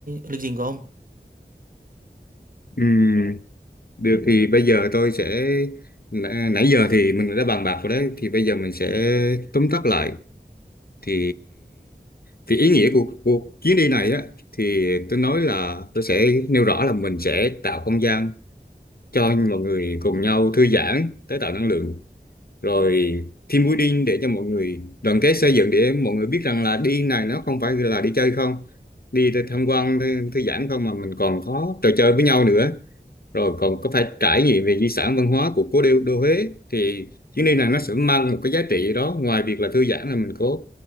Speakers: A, on the right; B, on the left.
A: lịch trình của ông
B: Ừm, được thì bây giờ tôi sẽ nãy nãy giờ thì mình đã bàn bạc rồi đấy thì bây giờ mình sẽ tóm tắt lại thì thì ý nghĩa của cuộc chuyến đi này á thì tôi nói là tôi sẽ nêu rõ là mình sẽ tạo không gian cho mọi người cùng nhau thư giãn tái tạo năng lượng rồi team building để cho mọi người đoàn kết xây dựng để mọi người biết rằng là đi này nó không phải là đi chơi không đi để tham quan thư, thư giãn không mà mình còn có trò chơi với nhau nữa rồi còn có phải trải nghiệm về di sản văn hóa của cố đô, đô Huế thì chuyến đi này nó sẽ mang một cái giá trị gì đó ngoài việc là thư giãn là mình có